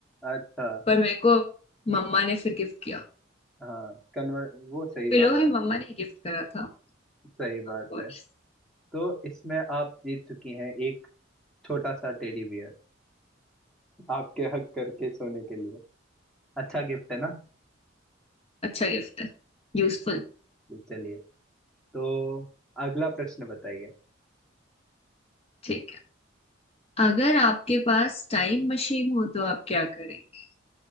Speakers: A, in the centre; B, on the left.
A: अच्छा
B: पर मेरे को मम्मा ने फिर गिफ्ट किया
A: हाँ कन्वर वो सही बात
B: पिलो भी
A: है
B: मम्मा ने गिफ्ट करा था
A: सही बात
B: Of course
A: है तो इसमें आप जीत चुकी हैं एक छोटा सा टेडी बियर आपके हग करके सोने के लिए अच्छा गिफ्ट है ना
B: अच्छा गिफ्ट है यूजफुल
A: जी जी चलिए तो अगला प्रश्न बताइए
B: ठीक है अगर आपके पास टाइम मशीन हो तो आप क्या करेंगे